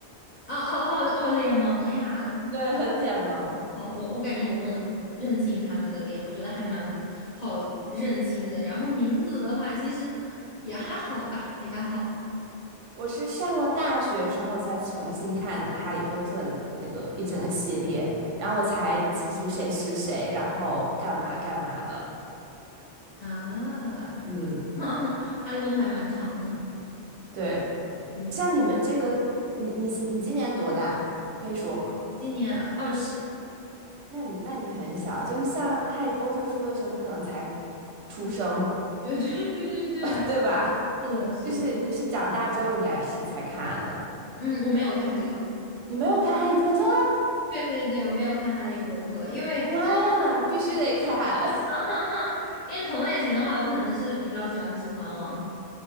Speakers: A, on the left; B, on the right.
A: 哦哦哦，哦脸盲呀！
B: <laughs> 对，很脸盲。
A: 哦，我我感觉我都能认清他们的脸，我觉得还蛮好认清的。然后名字的话，其实也还好吧，也还好
B: 我是上了大学之后才重新看的《哈利波特》那个一整个系列，然后我才记住谁是谁，然后干嘛干嘛的。
A: 啊。
B: 嗯，
A: <laughs> 哈利波特还蛮长的，
B: 对，
A: 对，
B: 像你们这个，你你你今年多大？可以说吗？
A: 今年二十，
B: 那你那你很小，就是像《哈利波特》出的时候，你可能才出生，
A: 对对对对对对，
B: <laughs>
A: 还
B: 对吧？
A: 是的，是的。
B: 就是你是长大之后应该是才看的，
A: 嗯，我没有看这个。
B: 你没有看《哈利波特》，
A: 对对对，我没有看《哈利波特》，因为
B: 妈呀，你必须得看。
A: <laughs> 因为同类型的话，我可能是比较喜欢《指环王》，